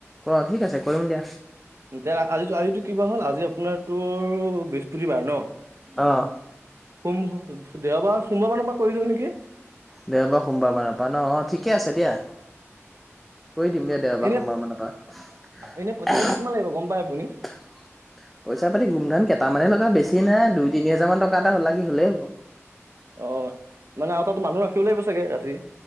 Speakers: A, in the centre; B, on the right (about 65°).
A: অ ঠিক আছে কৰিম দিয়া।
B: তে আজি আজো কিবা হ'ল আজি আপোনাৰ তো বৃহস্পতিবাৰ ন।
A: অ
B: সোম দেওবাৰ সোমবাৰ মানৰ পৰা কৰি দিওঁ নেকি।
A: দেওবাৰ সোমবাৰ মানৰ পৰা ন অ ঠিকে আছে দিয়া। কৰি দিম দে দেওবাৰ
B: এনে
A: সোমবাৰ মানৰ পৰা।
B: এনে পইচা পাতি কিমান লাগিব গম পাই আপুনি
A: পইচা পাতি গোমধাম কেইটামানে ল কিবা বেছি নাই দুই তিনি হাজাৰ মান টকা এটা হ'লা কি হলেই হব।
B: অ মানে আৰু তাত মানুহ ৰাখিব লাগিব চাগে ৰাতি।